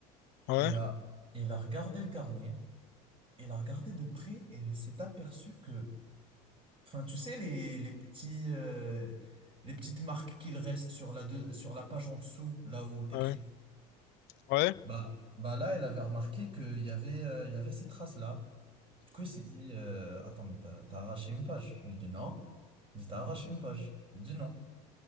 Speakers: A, on the left; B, on the right.
A: ouais,
B: Et là, elle a regardé le carnet, elle a regardé de près et elle s'est aperçue que Enfin, tu sais, les, les petits, euh, les petites marques qu'il reste sur la, deux- sur la page en dessous, là où t'écris.
A: ouais, ouais,
B: Bah, bah là, elle avait remarqué qu'il y avait, euh, il y avait ces traces-là. Du coup, elle s'est dit, euh, attends, mais t'as, t'as arraché une page. Je lui dis non. Il dit, t'as arraché une page. Je lui dis non.